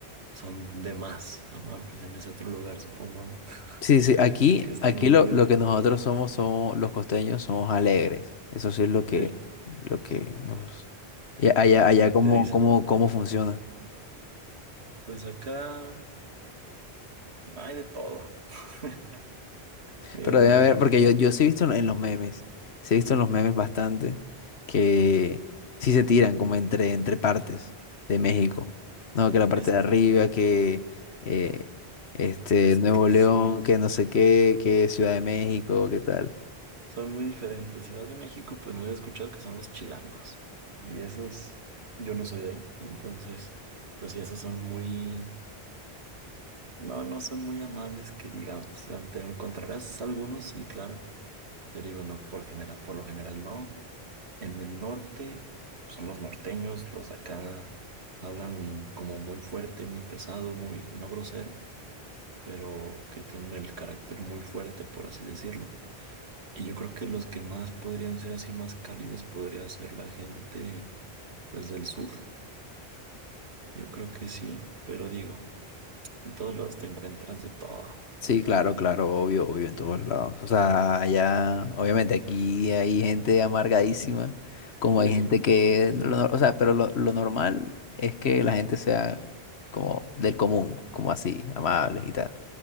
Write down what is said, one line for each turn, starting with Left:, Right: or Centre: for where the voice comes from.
Right: son de más amables en ese otro lugar, supongo, ¿no? <laughs>
Left: Sí, sí, aquí,
Right: Que está
Left: aquí
Right: en un
Left: lo,
Right: nivel,
Left: lo que nosotros somos, somos los costeños, somos alegres. Eso sí es lo
Right: ok,
Left: que, lo que nos... y Allá, allá
Right: caracteriza.
Left: cómo, cómo, cómo
Right: Ujú.
Left: funciona.
Right: Pues acá hay de todo. <laughs> Mira,
Left: Pero
Right: la
Left: debe
Right: verdad,
Left: haber, porque yo, yo sí he visto en en los memes, sí he visto en los memes bastante que sí se tiran como entre, entre partes de México. No, que la parte
Right: es,
Left: de arriba, que eh, este
Right: es
Left: Nuevo
Right: que
Left: León,
Right: sí,
Left: que no sé qué, que Ciudad de México, qué tal.
Right: son muy diferentes. Ciudad de México, pues no he escuchado que son los chilangos. Y esos, yo no soy de ahí, entonces, pues sí, esos son muy No, no son muy amables que digamos. O sea, te encontrarás algunos, sí, claro, pero digo, lo- por general, por lo general no. En el norte son los norteños, los de acá hablan como muy fuerte, muy pesado, muy, no grosero, pero que tienen el carácter muy fuerte, por así decirlo. Y yo creo que los que más podrían ser así más cálidos podría ser la gente, pues, del sur. Yo creo que sí, pero digo, en todos lados te encuentras de todo, total.
Left: Sí, claro, claro, obvio, obvio, en todos lados. O sea, allá, obviamente aquí hay gente amargadísima, como
Right: Sí,
Left: hay
Right: sí.
Left: gente que, lo nor- o sea, pero lo, lo normal es que la gente sea como del común, como así, amables y tal.